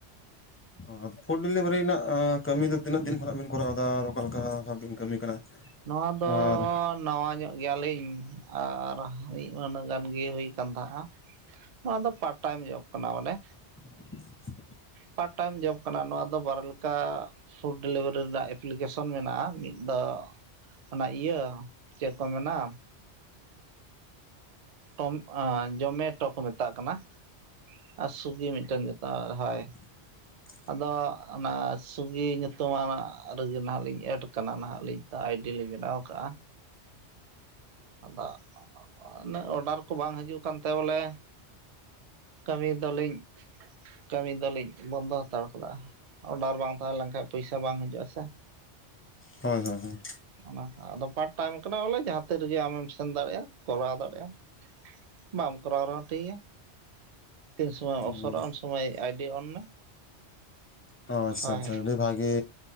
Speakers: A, on the left (about 15°); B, on the right (about 50°).
A: ᱚ ᱟᱫᱚ ᱯᱷᱩᱰ ᱰᱮᱞᱤᱵᱷᱟᱨᱤ ᱨᱮᱱᱟᱜ ᱠᱟᱹᱢᱤ ᱫᱚ ᱛᱤᱱᱟᱹᱜ ᱫᱤᱱ ᱠᱷᱚᱱᱟᱜ ᱵᱤᱱ ᱠᱚᱨᱟᱣ ᱫᱟ ᱟᱨ ᱚᱠᱟ ᱞᱮᱠᱟ ᱵᱷᱟᱵ ᱵᱤᱱ ᱠᱟᱹᱢᱤ ᱠᱟᱱᱟ?
B: ᱱᱚᱣᱟ ᱫᱚ
A: ᱟᱨ
B: ᱱᱟᱣᱟ ᱧᱚᱜ ᱜᱮᱭᱟᱞᱤᱧ ᱟᱨ ᱢᱤᱫ ᱢᱟᱹᱦᱱᱟᱹ ᱜᱟᱱ ᱜᱮ ᱦᱩᱭ ᱠᱟᱱ ᱛᱟᱦᱮᱸᱼᱟ, ᱱᱚᱣᱟ ᱫᱚ ᱯᱟᱴ ᱴᱟᱭᱤᱢ ᱡᱚᱵ ᱠᱟᱱᱟ ᱢᱟᱱᱮ
A: ᱻ
B: ᱯᱟᱨ ᱴᱟᱭᱤᱢ ᱡᱚᱵ ᱠᱟᱱᱟ ᱱᱚᱣᱟ ᱫᱚ ᱵᱟᱨᱚ ᱞᱮᱠᱟ ᱯᱷᱩᱰ ᱰᱮᱞᱤᱵᱷᱟᱨᱤ ᱨᱮᱱᱟᱜ ᱮᱯᱞᱤᱠᱮᱥᱚᱱ ᱢᱮᱱᱟᱜᱼᱟ, ᱢᱤᱫ ᱫᱚ ᱚᱱᱟ ᱤᱭᱟᱹ ᱪᱮᱫ ᱠᱚ ᱢᱮᱱᱟ ᱴᱚᱢ ᱟ ᱡᱚᱢᱮᱴᱚ ᱠᱚ ᱢᱮᱛᱟᱜ ᱠᱟᱱᱟ ᱟᱨ ᱥᱩᱭᱜᱤ ᱢᱤᱫᱴᱮᱱ <unintelligible> ᱦᱳᱭ
A: ᱻ
B: ᱟᱫᱚ ᱚᱱᱟ ᱥᱩᱜᱤ ᱧᱩᱛᱩᱢᱟᱱᱟᱜ ᱨᱮᱜᱮ ᱱᱟᱦᱟᱜ ᱞᱤᱧ ᱮᱰ ᱠᱟᱱᱟ ᱱᱟᱦᱟᱜ ᱞᱤᱧ <unintelligible> ᱟᱭᱰᱤ ᱞᱤ ᱵᱮᱱᱟᱣ ᱠᱟᱜᱼᱟ ᱟᱫᱚ ᱩᱱᱟᱹᱜ ᱚᱰᱟᱨ ᱠᱚ ᱵᱟᱝ ᱦᱤᱡᱩᱜ ᱠᱟᱱ ᱛᱮ ᱵᱚᱞᱮ ᱠᱟᱹᱢᱤ ᱫᱚᱞᱤᱧ, ᱠᱟᱹᱢᱤ ᱫᱚᱞᱤᱧ ᱵᱚᱱᱫᱚ ᱦᱟᱛᱟᱲ ᱠᱟᱫᱟ ᱚᱰᱟᱨ ᱵᱟᱝ ᱛᱟᱦᱮᱸ ᱞᱮᱱᱠᱟᱱ ᱯᱚᱭᱥᱟ ᱵᱟᱝ ᱦᱤᱡᱩᱜᱼᱟ ᱥᱮ
A: ᱦᱳᱭ ᱦᱳᱭ ᱦᱳᱭ
B: ᱚᱱᱟᱛᱮ ᱟᱫᱚ ᱯᱟᱴ ᱴᱟᱭᱤᱢ ᱠᱟᱱᱟ ᱵᱚᱞᱮ ᱡᱟᱦᱟᱸ ᱛᱤ ᱨᱮᱜᱮ ᱟᱢᱮᱢ ᱥᱮᱱ ᱫᱟᱲᱮᱜᱼᱟ ᱠᱚᱨᱟᱣ ᱫᱟᱲᱮᱼᱟ, ᱵᱟᱢ ᱠᱚᱨᱟᱣ ᱨᱮᱦᱚᱸ ᱴᱷᱤᱠ ᱜᱮᱭᱟ ᱛᱤᱱ ᱥᱩᱢᱚᱭ ᱮᱢ
A: ᱦᱚᱸ
B: ᱚᱯᱥᱚᱨᱟ ᱩᱱ ᱥᱚᱢᱚᱭ ᱟᱭᱰᱤ ᱚᱱ ᱢᱮ
A: ᱚ ᱟᱪᱪᱷᱟ
B: ᱦᱳᱭ
A: ᱟᱪᱪᱷᱟ ᱟᱹᱰᱤ ᱵᱷᱟᱜᱮ